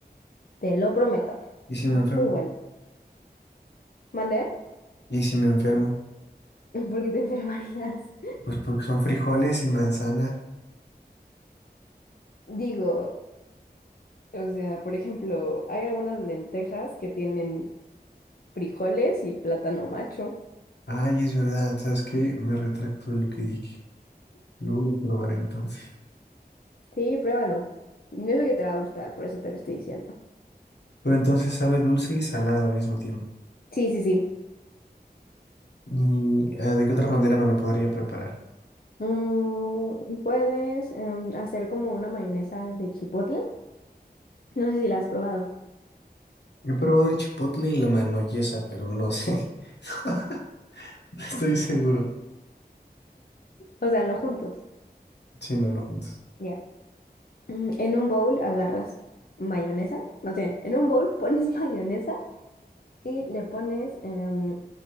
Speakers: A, on the left; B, on the left.
A: te lo prometo. Está
B: ¿Y si me enfermo?
A: Muy bueno. ¿Mandé?
B: ¿Y si me enfermo?
A: <laughs> ¿Por qué te enfermarías?
B: Pues porque son frijoles y manzana.
A: Digo, o sea, por ejemplo, hay algunas lentejas que tienen frijoles y plátano macho.
B: Ay, es verdad, ¿sabes qué? Me retracto de lo que dije. Lo voy a probar entonces.
A: Sí, pruébalo. Yo sé que te va a gustar, por eso te lo estoy diciendo.
B: Pero entonces sabe dulce y salado al mismo tiempo.
A: Sí, sí, sí.
B: ¿Y ah, de qué otra manera me lo podría preparar?
A: Mm, puedes em, hacer como una mayonesa de chipotle. No sé si la has probado.
B: He probado el chipotle y la manoyesa, pero no sé. <laughs> No Estoy seguro.
A: O sea, no juntos.
B: Sí, no, no juntos.
A: Ya. Mm, En un bowl agarras mayonesa. Más bien, en un bowl pones <laughs> mayonesa y le pones em,